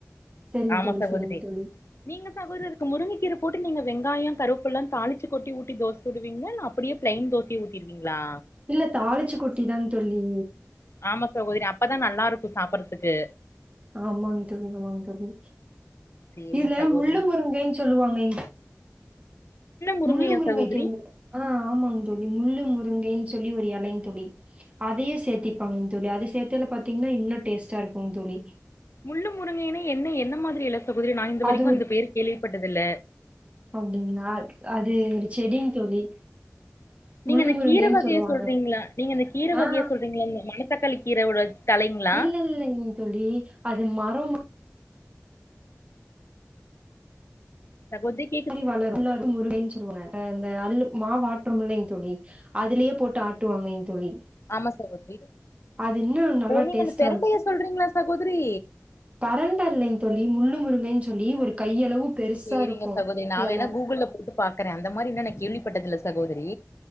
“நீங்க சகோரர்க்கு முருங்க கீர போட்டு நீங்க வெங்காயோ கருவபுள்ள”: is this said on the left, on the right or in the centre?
Left